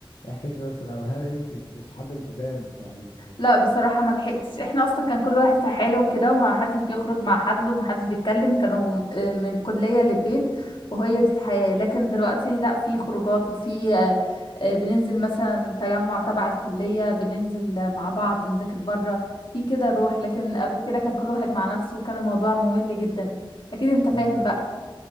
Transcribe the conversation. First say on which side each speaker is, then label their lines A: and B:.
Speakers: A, on the left; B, on the left.
A: احكي انت بس الاول هل انت صحاب القدام بتوع ال... ال...
B: لا بصراحة ما لحقتش احنا اصلا كان كل واحد في حاله وكده وما حدش بيخرج مع حد وما حدش بيتكلم كانوا م- آه، من كلية للبيت وهي دي الحياة لكن دلوقتي لا في خروجات وفي آه، آه، بننزل مثلا تجمع تبع الكلية بننزل آه، مع بعض نذاكر بره في كده روح لكن قبل كده كان كل واحد مع نفسه وكان الموضوع ممل جدا اكيد انت
A: مم.
B: فاهم بقى